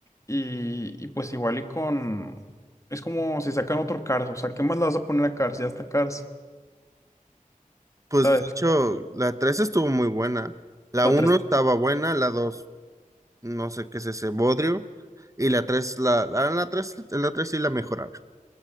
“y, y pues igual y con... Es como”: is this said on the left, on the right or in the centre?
Left